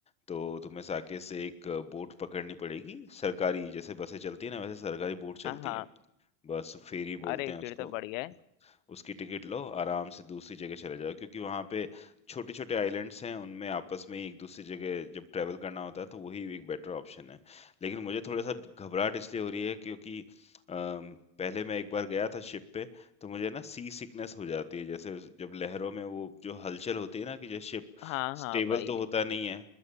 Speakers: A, on the left (about 15°); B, on the left (about 80°).
A: तो तुम्हें साकेत से एक बोट पकड़नी पड़ेगी सरकारी, जैसे बसें चलती हैं ना, वैसे सरकारी बोट चलती
B: हाँ हाँ
A: हैं। बस फेरी बोलते
B: अरे
A: हैं उसको
B: फिर तो बढ़ गया है
A: उसकी टिकट लो आराम से दूसरी जगह चले जाओ क्योंकि वहाँ पे छोटे छोटे आइलैंड्स हैं उनमें आपस में ही एक दूसरी जगह जब ट्रैवल करना होता है तो वही एक बेटर ऑप्शन है लेकिन मुझे थोड़ा सा घबराहट इसलिए हो रही है क्योंकि अम, पहले मैं एक बार गया था शिप पे तो मुझे ना सी सिकनेस हो जाती है जैसे जब लहरों में वो जो हलचल होती है ना कि जैसे शिप
B: हाँ हाँ
A: स्टेबल
B: भाई
A: तो होता नहीं है